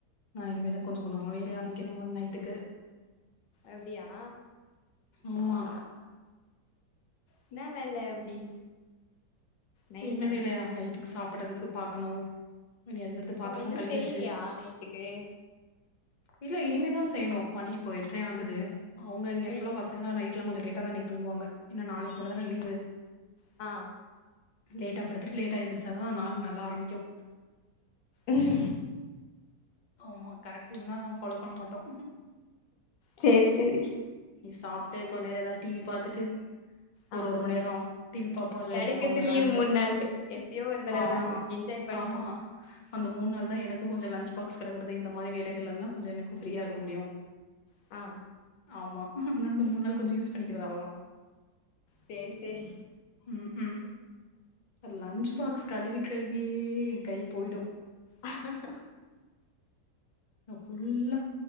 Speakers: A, on the left; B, on the left.
A: நா இனிமேதா கொஞ்ச கொஞ்சமா வேலய ஆரம்பிக்கனு மேம் நைட்டுக்கு
B: அப்டியா
A: ஆமா
B: என்னா வேல அப்டி நைட்ல
A: என்ன வேலயா நைட்டுக்கு சாப்படறதுக்கு பாக்கணு இனி அதுக்கடுத்து பாத்தரலா
B: ஓ இன்னு
A: கழுவியாச்சி
B: செய்லியா நைட்டுக்கு
A: இல்ல இனிமே தா செய்யனும் மணி இப்ப எட்றயாகுது அவுங்க இங்க ஃபுல்லா
B: ம்
A: பசங் அதனால நைட்லா கொஞ்ச லேட்ட தா இன்னிக்கு தூங்கு வாங்க ஏனா நாளைக்கு மட்டுதான லீவு
B: ஆ
A: லேட்டா படுத்துட்டு லேட்டா எழுந்திருச்சா தா நாள் நல்லா ஆரம்பிக்கு
B: ம்
A: ஆமா கரட் டைம்லா நாங்க ஃபாலோ மாட்டோம்
B: சேரி சேரி
A: நீ சாப்ட்டு கொஞ் நேர எதா டிவி பாத்துட்டு
B: ஆ
A: ஒரு ஒரு மணி நேரம் டிவி பாப்போம் இல்ல
B: கெடைக்கறது
A: எதாவ் உக்காந்து வெளாண்டுட்டு
B: லீவ் மூணு நாளு எப்பயோ ஒரு தடவதா
A: ஆமா
B: என்ஜாய் பண்ட்டோ
A: ஆமா அந்த மூணு நாள்தா எனக்கும் கொஞ்சம் லன்ச் பாக்ஸ் கழுவறது இந்த மாரி வேலைகள் இருந்துலா கொஞ்சம் எனக்கும் ஃபிரியா இருக்க முடியும்
B: ஆ
A: ஆமா இன்னு இந்த மூண் நாள் கொஞ்சம் யூஸ் பண்ணிக்கிறது அவ்ளோதா
B: செரி செரி
A: ம் க்கு லன்ச் பாக்ஸ் கழுவி கழுவியே கை போயிடும்
B: அஹ அஹ
A: நான் ஃபுல்லா